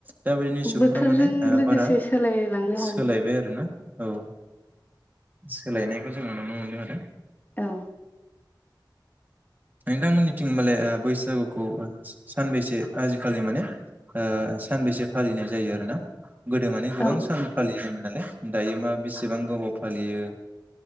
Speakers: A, on the right; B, on the left.
A: दाबायदिनि नि
B: बोथोरजों
A: सुबुंफ्रा माने
B: लोगोसे
A: बारा
B: सोलायलांनो
A: सोलायबाय
B: हमबाय
A: आरोना औ सोलायनायखौ जोङो नुनो मोनदों आरो।
B: औ
A: नोंथांमोननिथिंबालाय बैसागुखौ सानबैसे आजिखालि माने सानबैसे फालिनाय जायो आरोना गोदो मानै गोबां
B: औ
A: सान फालियोमोन नालाय दायो मा बेसेबां गोबाव फालियो।